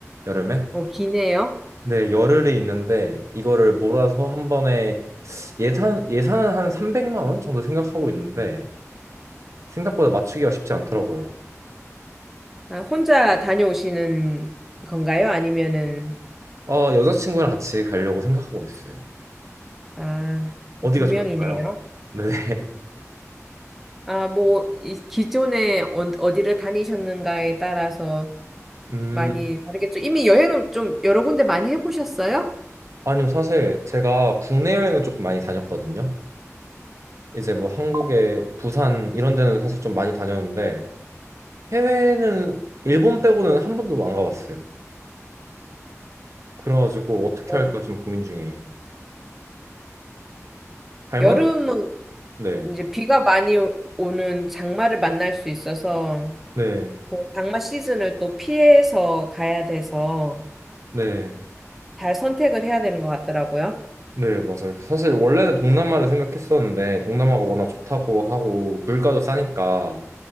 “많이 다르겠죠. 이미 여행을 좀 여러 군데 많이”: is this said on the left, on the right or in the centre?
Centre